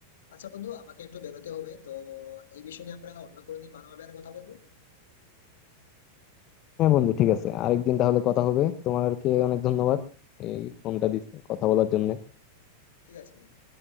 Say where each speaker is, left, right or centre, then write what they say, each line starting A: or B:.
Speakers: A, on the left; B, on the left.
A: আচ্ছা বন্ধু আমাকে একটু বেরোতে হবে তো এই বিষয়ে নিয়ে আমরা অন্য কোনো দিন ভালোভাবে আর কথা বলবো
B: হ্যাঁ বন্ধু ঠিক আছে আরেকদিন তাহলে কথা হবে তোমাকে অনেক ধন্যবাদ এই ফোনটা দিস কথা বলার জন্য
A: ঠিক আছে বন্ধু